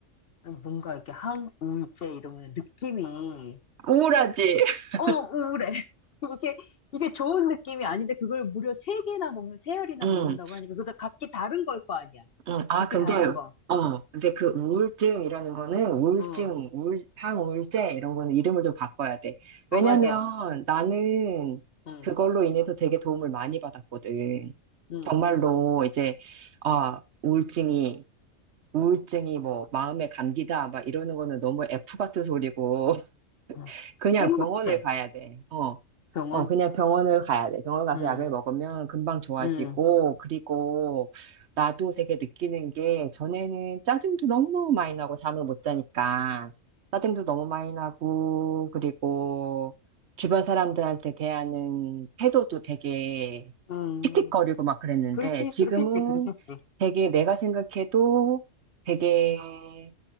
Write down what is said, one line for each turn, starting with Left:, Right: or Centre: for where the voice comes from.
Left: 아니, 뭔가 이렇게 항우울제 이러면 느낌이
Right: 우울하지? <laughs>
Left: 어, 우울해. <laughs> 이게, 이게 좋은 느낌이 아닌데, 그걸 무려 세개나 먹는, 세알이나
Right: 응.
Left: 먹는다고 하니까, 그것 각기 다른 걸 거 아니야.
Right: 응, 아,
Left: 각기
Right: 근데,
Left: 다른 거.
Right: 아, 어, 근데 그 우울증이라는 거는 우울증,
Left: 어,
Right: 우울, 항우울제 이런 거는 이름을 좀 바꿔야 돼.
Left: 어,
Right: 왜냐면
Left: 맞아.
Right: 나는
Left: 응,
Right: 그걸로 인해서 되게 도움을 많이 받았거든.
Left: 응,
Right: 정말로 이제, 아, 우울증이, 우울증이 뭐 마음의 감기다 막 이러는 거는 너무 F 같은 소리고 <laughs>
Left: 응.
Right: 그냥
Left: 행복제,
Right: 병원을 가야 돼. 어.
Left: 병원.
Right: 어, 그냥 병원을 가야 돼. 병원 가서
Left: 응,
Right: 약을 먹으면 금방 좋아지고,
Left: 응,
Right: 그리고 나도 되게 느끼는 게, 전에는 짜증도 너무 많이 나고, 잠을 못 자니까. 짜증도 너무 많이 나고, 그리고 주변 사람들한테 대하는 태도도 되게
Left: 응.
Right: 틱틱거리고 막 그랬는데,
Left: 그렇지,
Right: 지금은
Left: 그렇겠지, 그렇겠지.
Right: 되게 내가 생각해도 되게,